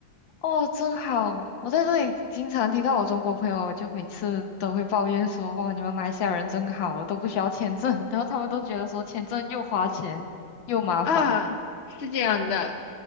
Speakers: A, on the left (about 85°); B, on the left (about 45°).
A: 哦，真好！我在这里经常听到我中国朋友，就每次都会抱怨说：“哇，你们马来西亚人真好，都不需要签证。<laughs>”然后他们都觉得说签证又花钱又麻烦。
B: 啊，是这样的。